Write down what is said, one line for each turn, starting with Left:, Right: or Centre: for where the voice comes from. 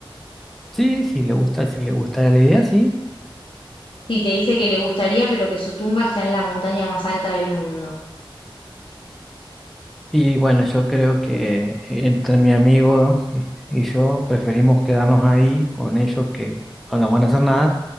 Centre: Sí, sí, le gusta, si le gustara la idea, sí.
Left: Si te dice que le gustaría, pero que su tumba está en la montaña más alta del mundo.
Centre: Y bueno, yo creo que entre mi amigo y y yo preferimos quedarnos ahí con ellos que no nos van a hacer nada,